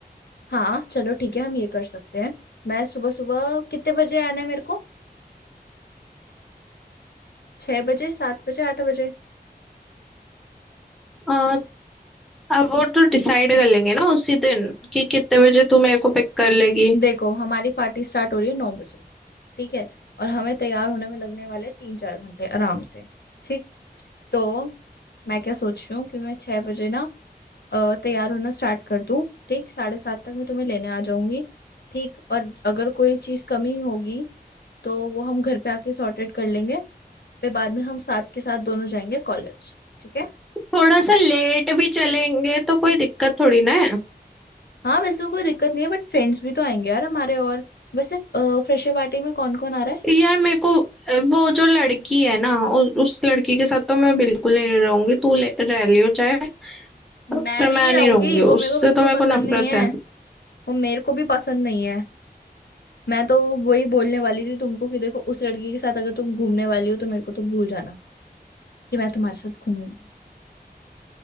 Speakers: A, on the left (about 80°); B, in the centre.
A: हाँ चलो ठीक है हम ये कर सकते हैं मैं सुबह सुबह कितने बजे आना है मेरे को छह बजे सात बजे आठ बजे
B: अ, अब वो तो डिसाइड कर लेंगे ना उसी दिन कि कितने बजे तू मेरे को पिक कर लेगी
A: देखो हमारी पार्टी स्टार्ट हो रही है नौ बजे ठीक है और हमें तैयार होने में लगने वाले तीन चार घंटे आराम से ठीक तो मैं क्या सोच रही हूँ कि मैं छह बजे ना अ, तैयार होना स्टार्ट कर दूँ ठीक साढ़े सात तक मैं तुम्हें लेने आ जाऊंगी ठीक और अगर कोई चीज़ कमी होगी तो वो हम घर पे आके सॉर्ट आउट कर लेंगे फिर बाद में हम साथ के साथ दोनों जाएंगे कॉलेज ठीक है
B: थोड़ा सा लेट भी चलेंगे तो कोई दिक्कत थोड़ी ना है
A: हाँ वैसे तो कोई दिक्कत नहीं है बट फ्रेंड्स भी तो आएंगे यार हमारे और वैसे फ्रेशर पार्टी में कौन कौन आ रहा है
B: यार मेरे को अ, वो जो लड़की है ना उ, उस लड़की के साथ तो मैं बिल्कुल नहीं रहूंगी तू ले- रह लियो चाहे पर
A: मैं भी
B: मैं
A: नहीं
B: नहीं
A: रहूंगी
B: रहूंगी उससे
A: वो मेरे को बिल्कुल
B: तो मेरे
A: पसंद
B: को नफरत
A: नहीं है
B: है
A: वो मेरे को भी पसंद नहीं है मैं तो वही बोलने वाली थी तुमको कि देखो उस लड़की के साथ अगर तुम घूमने वाली हो तो मेरे को तो भूल जाना कि मैं तुम्हारे साथ घूमूंगी